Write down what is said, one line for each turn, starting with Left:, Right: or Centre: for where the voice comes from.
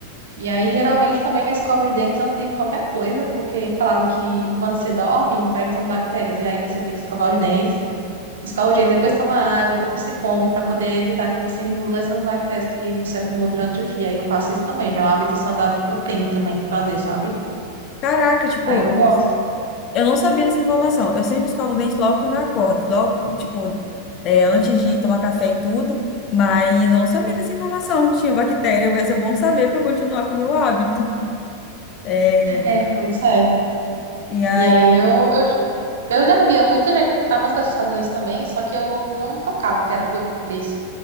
Right: E aí, geralmente, também eu escovo os dentes antes de qualquer coisa, porque falaram que quando você dorme, vai entrando bactérias, e aí você tem que escovar os dentes. Escova o dente, depois toma água, depois você come, para poder evitar que você engula essas bactérias que você acumulou durante o dia. E eu faço isso também, já é um hábito saudável que eu tenho também de fazer, sabe?
Left: Caraca, tipo,
Right: Aí eu gosto.
Left: eu não sabia dessa informação. Eu sempre escovo o dente logo quando eu acordo, logo, tipo, é, antes de tomar café e tudo, mas eu não sabia dessa informação que tinha bactéria, mas é bom saber para continuar com o meu hábito. É,
Right: É, pois é.
Left: e aí,
Right: E aí eu, eu, eu já via muita gente, algumas pessoas fazendo isso também, só que eu não tocava que era por isso.